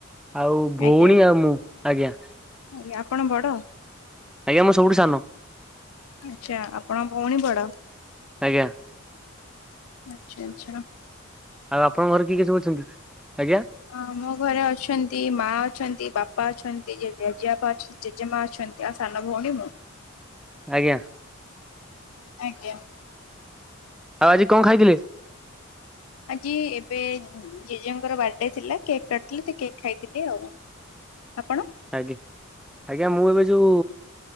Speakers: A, in the centre; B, on the left (about 80°).
A: ଆଉ ଭଉଣୀ
B: ଆଜ୍ଞା
A: ଆଉ ମୁଁ ଆଜ୍ଞା।
B: ଆଜ୍ଞା ଆପଣ ବଡ?
A: ଆଜ୍ଞା ମୁଁ ସବୁଠୁ ସାନ।
B: ଆଚ୍ଛା ଆପଣ ଭଉଣୀ ବଡ।
A: ଆଜ୍ଞା।
B: ଆଛା ଆଚ୍ଛା।
A: ଆଉ ଆପଣଙ୍କ ଘରେ କିଏ କିଏ ସବୁ ଅଛନ୍ତି ଆଜ୍ଞା।
B: ହଁ ମୋ ଘରେ ଅଛନ୍ତି ମା ଅଛନ୍ତି ବାପା ଅଛନ୍ତି ଜେଜେ ଜେଜେବାପା ଅଛନ୍ତି ଯେ ଜେମା ଅଛନ୍ତି ଆଉ ସାନ ଭଉଣୀ ମୁଁ।
A: ଆଜ୍ଞା।
B: ଆଜ୍ଞା।
A: ଆଉ ଆଜି କ ଖାଇଥିଲେ?
B: ଆଜି ଏବେ ଜେଜେଙ୍କର ବାର୍ଥଡେ ଥିଲା କେକ୍ କାଟିଥିଲେ ସେ କେକ୍ ଖାଇଥିଲି ଆଉ। ଆପଣ?
A: ଆଜ୍ଞା ଆଜ୍ଞା ମୁଁ ଏବେ ଯୋଉ